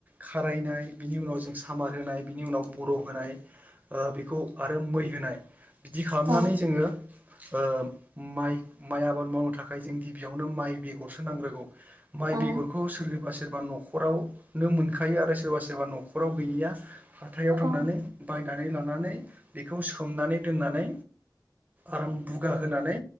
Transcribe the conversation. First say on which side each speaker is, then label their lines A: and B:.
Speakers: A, on the right; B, on the right.
A: खारायनाय बिनि उनाव जों सामार होनाय बिनि उनाव बर' होनाय ओ बेखौ आरो मै होनाय बिदि खालामनानै
B: औ
A: जोङो ओ माइ माइ आबाद मावनो थाखाय जों गिबियावनो माइ बेगरसो नांग्रोगौ माइ
B: औ
A: बेगरखौ सोरोबा सोरबा न'खराव नो मोनखायो आरो सोरबा सोरबा न'खराव गैयैया हाथायाव
B: औ
A: थांनानै बायनानै लानानै बेखौ सोमनानै दोननानै आराम बुगा होनानै